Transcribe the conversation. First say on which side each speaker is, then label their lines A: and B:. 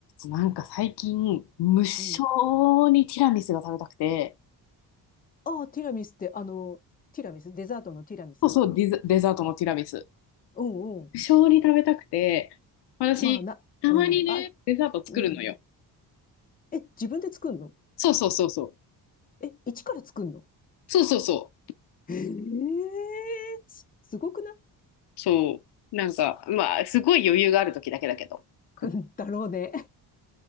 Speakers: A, on the left (about 75°); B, on the left (about 20°).
A: なんか最近、無性
B: うん。
A: にティラミスが食べたくて、
B: ああ、ティラミスって、あの、ティラミスデザートのティラミスね
A: そうそう、ディザ、デザートのティラミス。
B: うんうん。
A: 無性に食べたくて、私、
B: まあ、な、
A: たまにね、
B: うん。あ、
A: デザート作るのよ。
B: うん。え、自分で作んの
A: そうそうそうそう。
B: え、一から作んの
A: そうそうそ
B: ええーすすごくない
A: う。そう。なんか、まあ、すごい余裕がある時だけだけど。く
B: <laughs> だろうね。